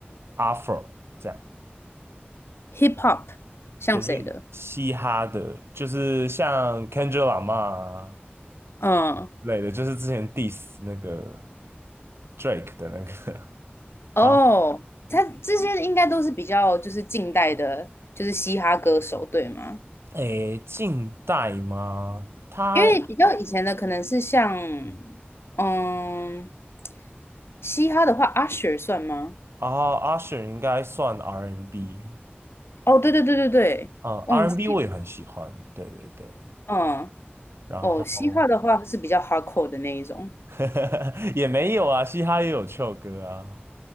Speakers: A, on the right; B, on the left.
A: afro 这样。
B: ，Hip Hop 像谁的？
A: 对，就是嘻哈的，就是像 Kendrick Lamar 啊
B: 嗯，
A: 之类的，就是之前 diss 那个 Drake 的那个，<laughs>
B: 哦，
A: 然后嗯
B: 他这些应该都是比较就是近代的，就是嘻哈歌手，对吗？
A: 诶，近代吗？他
B: 因为比较以前的可能是像，嗯，嘻哈的话，Usher 算吗？
A: 啊，Usher 应该算 R&B，N
B: 哦，对对对对对，
A: 嗯，R&B
B: 忘记了，
A: N 我也很喜欢，对对对，
B: 嗯，
A: 然后
B: 哦，嘻哈的话是比较 hardcore 的那一种。
A: <laughs> 也没有啊，嘻哈也有 c h 歌啊，